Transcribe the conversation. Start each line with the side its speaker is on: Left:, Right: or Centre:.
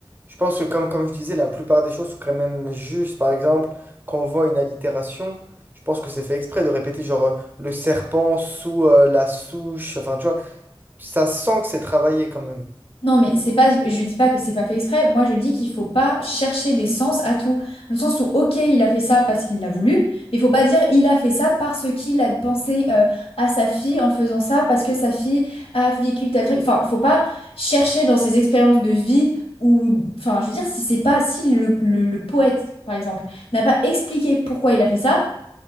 Right: je pense que, comme, comme je disais, la plupart des choses sont quand même justes. Par exemple, quand on voit une allitération, je pense que c'est fait exprès de répéter, genre, euh, le serpent sous euh, la souche, enfin, tu vois, ça sent que c'est travaillé quand même.
Left: Non, mais c'est pas, je dis pas que c'est pas fait exprès. Moi, je dis qu'il faut pas chercher des sens à tout. Dans le sens où, ok, il a fait ça parce qu'il l'a voulu, mais il faut pas dire il a fait ça parce qu'il a pensé euh, à sa fille en faisant ça parce que sa fille a vécu tel truc. Enfin, faut pas chercher dans ses expériences de vie ou, enfin, je veux dire, si c'est pas si le, le le poète, par exemple, n'a pas expliqué pourquoi il a fait ça.